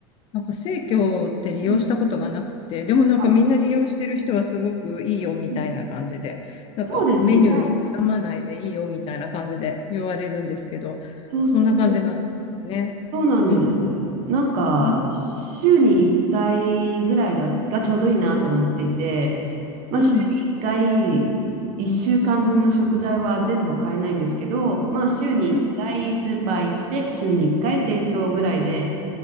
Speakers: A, on the left; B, on the right.
A: なんか生協って利用したことがなくて、
B: うん
A: でもなんかみんな利用してる人はすごくいいよみたいな感じで、
B: あうん
A: なんかメニューに悩まないでいいよみたいな感じで言われるんですけど、
B: そうですね。そうそう、
A: そんな感じなんですかね。
B: そうなんです。
A: いいな。
B: なんか、
A: うん。
B: 週に1回ぐらいだ、がちょうどいいなと思っていて、まあ、
A: うん。
B: 週に1回、1週間分の食材は全部は買えないんですけど、まあ、週に1回スーパー行って、
A: うん。
B: 週に1回生協ぐらいで、